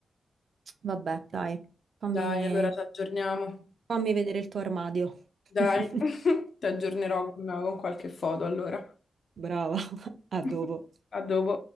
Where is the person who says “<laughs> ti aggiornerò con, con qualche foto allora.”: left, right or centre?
Left